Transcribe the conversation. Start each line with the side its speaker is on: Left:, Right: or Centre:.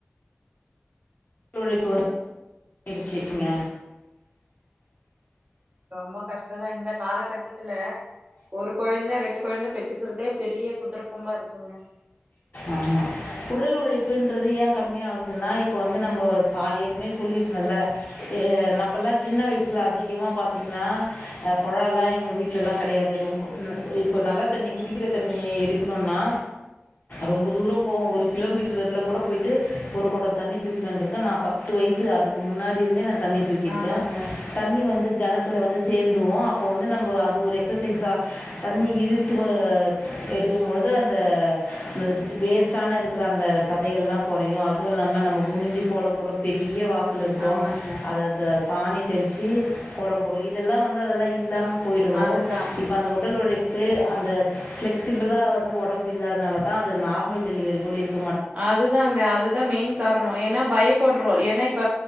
Left: உழைப்பு வந்துடுச்சுங்க
Right: ரொம்ப கஷ்டோதா இந்த காலகட்டத்துல ஒரு கொழந்த ரெண்டு கொழந்த பெத்துக்குறதே பெரிய குதுரக்கொம்பா இருக்
Left: ஆமா உடல்லு உழைப்புன்றது ஏ கம்மியாகுதுன்னா இப்போ வந்து நம்போ ச ஏற்கனவே சொல்லியிருந்தல்ல எ நம்பல்லா சின்ன வயசுல அதிகமா பாத்திங்ன்னா அ கொழல்லா எங்க வீட்லல்லா கெடையாது ரொம்பு <unintelligible> இப்போ நல்ல தண்ணி குடிக்கிற தண்ணி எடுக்கணுன்னா ரொம்ப தூரோ போவோ ஒரு கிலோமீட்டர் வரிலு கூட போயிட்டு ஒரு கொடோ தண்ணி தூக்கினு வந்திருக்க நா பத்து வயசு அதுக்கு முன்னாடி இருந்தே நாந் தண்ணி தூக்கிருக்க
Right: ஆமாங்க,
Left: தண்ணி வந்துப் கெணத்துல வந்து சேந்துருவோ அப்போ வந்து நம்ப அது ஒரு எக்சசைஸா தண்ணி இழுத்து வ எடுக்கும்பொழுது அந் த <unintelligible> வேஸ்டான இருக்குற அந்த சதைகள்லா கொறையு அதுவுல்லாம நம்ப குனிஞ்சு கோலம் போடவு பெரிய வாஸ் சல் இருக்கு
Right: ஆமாங்க.
Left: அத தாஸ் சாணி தெளிச்சி கோல போடுவோ இதெல்லா வந்து அதெல்லா இல்லாம் போயிடுவோ
Right: அதுதான்.
Left: இப்ப அந்த உடல் உழைப் பு அந்த பிளெக்சிபிளா வந்து ஒடம் பு இல்லாதனால தா அது நார்மல் டெலிவரி கூடி இருக்
Right: அதுதாங்க அதுதா மெயின் காரனோ ஏன்னா பயப்பட்றோ ஏன்னா இப்ப